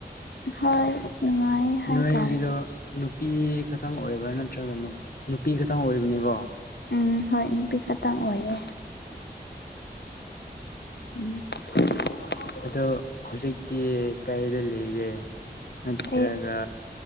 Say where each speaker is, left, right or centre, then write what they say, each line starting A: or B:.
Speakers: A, on the left; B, on the left.
A: ꯍꯣꯏ ꯅꯨꯡꯉꯥꯏ꯫ ꯍꯥꯏꯇꯥꯔꯦ
B: ꯅꯣꯏꯒꯤꯗꯣ ꯅꯨꯄꯤ ꯈꯇꯡ ꯑꯣꯏꯕ꯭ꯔꯥ ꯅꯠꯇ꯭ꯔꯒ ꯅꯨꯞ ꯅꯨꯄꯤ ꯈꯛꯇꯪ ꯑꯣꯏꯕꯅꯦꯀꯣ꯫
A: ꯎꯝ ꯍꯣꯏ ꯅꯨꯄꯤ ꯈꯇꯪ ꯑꯣꯏꯌꯦ꯫ <inaudible>
B: ꯑꯗꯣ ꯍꯧꯖꯤꯛꯇꯤ ꯀꯏꯗ ꯂꯩꯒꯦ ꯅꯠꯇ꯭ꯔꯒ
A: ꯑꯩ